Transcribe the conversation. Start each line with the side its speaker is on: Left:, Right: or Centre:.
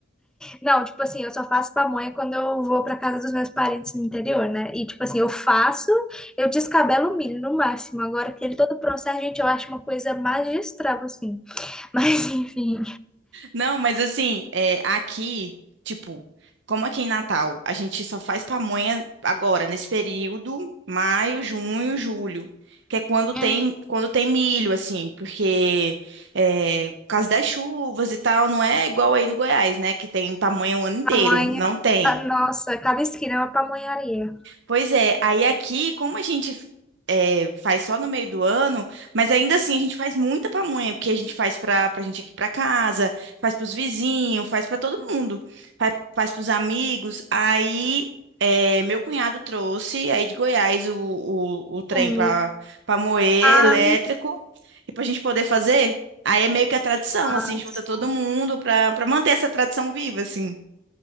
Centre: Não, tipo assim, eu só faço pamonha quando eu vou pra casa dos meus parentes no interior, né? E, tipo assim, eu faço, eu descabelo o milho no máximo. Agora, aquele todo processo, gente, eu acho uma coisa magistral, assim. <laughs> Mas, enfim.
Right: Não, mas assim, é, aqui, tipo, como aqui em Natal, a gente só faz pamonha agora, nesse período, maio, junho, julho. Que é quando tem,
Centre: Hum.
Right: quando tem milho, assim, porque é, por causa das chuvas e tal, não é igual aí no Goiás, né? Que tem pamonha o ano inteiro.
Centre: Pamonha.
Right: Não tem.
Centre: Ah, Nossa, cada esquina é uma pamonharia.
Right: Pois é, aí aqui, como a gente é, faz só no meio do ano, mas ainda assim a gente faz muita pamonha, porque a gente faz pra, pra gente aqui pra casa, faz pros vizinhos, faz pra todo mundo, faz, faz pros amigos. Aí é, meu cunhado trouxe aí de Goiás o, o, o trem
Centre: O milho.
Right: pra, pra moer
Centre: Ah,
Right: elétrico e pra gente poder fazer. Aí é meio que a tradição, assim,
Centre: nossa.
Right: junta todo mundo pra, pra manter essa tradição viva, assim.